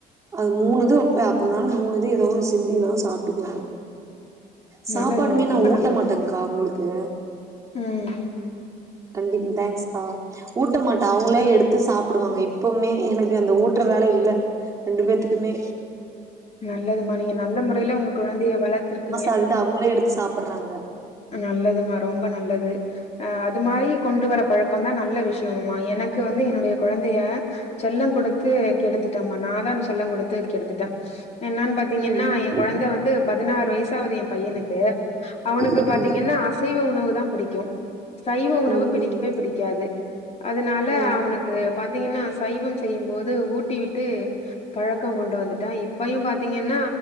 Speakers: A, on the right; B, on the left.
A: அது மூணு இது வெப்ப அதனால மூணுது ஏதோ ஒன்னு சிந்தின்னா சாப்டுக்குவாங்க சாப்பாடுமே
B: நல்லதுமா
A: நா
B: ரொம்ப
A: ஊட்ட
B: நல்லது
A: மாட்டங்க்கா அவுங்களுக்கு
B: ம்
A: கண்டிப் தேங்க்ஸ்கா ஊட்ட மாட்ட அவங்களே எடுத்து சாப்புடுவாங்க எப்பவுமே எனக்கு அந்த ஊட்ற வேல இல்ல ரெண்டு பேத்துக்குமே
B: நல்லதுமா நீங்க நல்ல முறையில உங்க குழந்தைய வளர்த்திருக்கிங்க
A: அதுக்கு அவங்களே எடுத்து சாப்படறாங்க
B: நல்லதுமா ரொம்ப நல்லது அது மாரியே கொண்டு வர பழக்கந்தா நல்ல விஷயமுமா எனக்கு வந்து என்னுடைய குழந்தைய செல்ல குடுத்து கெடுத்துட்டமா நா தா செல்லங் குடுத்து கெடுத்துட்ட என்னான் பாத் திங்கன்னா
A: ம் ம்
B: எ கொழந்த வந்து பதினாறு வயசாவது எ பையனுக்கு அவனுக்கு
A: ம்
B: பாத்திங்கன்னா அசைவ உணவுதா பிடிக்கு சைவ உணவு
A: ம்
B: பிடிக்கவே பிடிக்காது அதனால
A: ம்
B: அவனுக்கு
A: ம்
B: பாத்திங்கன்னா சைவம் செய்யும்போது ஊட்டி விட்டு பழக்க கொண்டு வந்து தா இப்பையு பாத்திங்கன்னா